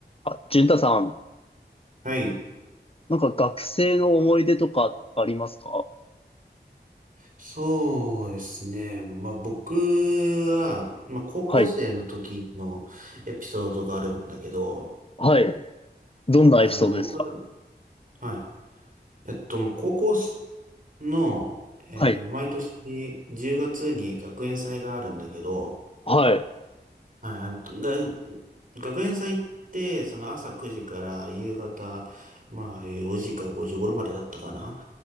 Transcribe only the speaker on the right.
はい。
そうですね。まあ、僕は、まあ、高校生の時のエピソードがあるんだけど、
あの、僕は、はい。えっと、高校の、えー毎年
10月に学園祭があるんだけど、
はい、あの、が、学園祭って、その朝9時から夕方、まあ4時か5時頃までだったかな。